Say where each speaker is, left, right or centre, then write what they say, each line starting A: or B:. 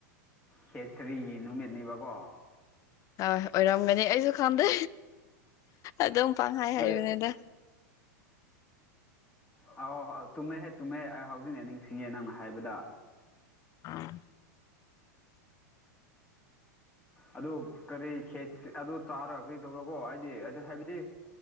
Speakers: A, on the left (about 20°); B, on the left (about 35°).
A: ꯈꯦꯆ꯭ꯔꯤꯒꯤ ꯅꯨꯃꯤꯠꯅꯦꯕꯀꯣ
B: ꯑ ꯑꯣꯏꯔꯝꯒꯅꯤ ꯑꯩꯁꯨ ꯈꯪꯗꯦ ꯑꯗꯨꯝ ꯄꯥꯡꯍꯥꯏ
A: ꯅꯣꯏ
B: ꯍꯥꯏꯕꯅꯤꯗ
A: ꯑꯧ ꯍꯣ ꯑ ꯆꯨꯝꯃꯦꯍꯦ ꯆꯨꯝꯃꯦꯍꯦ ꯑꯩ ꯍꯧꯖꯤꯛꯅ ꯅꯤꯡꯁꯤꯡꯉꯦ ꯅꯪꯅ ꯍꯥꯏꯕꯗ
B: ꯑꯥ
A: ꯑꯗꯨ ꯀꯔꯤ ꯈꯦꯆ ꯑꯗꯨ ꯆꯥꯔ ꯀꯔꯤ ꯇꯧꯔꯀꯣ ꯍꯥꯏꯗꯤ ꯑꯗꯨ ꯍꯥꯏꯕꯗꯤ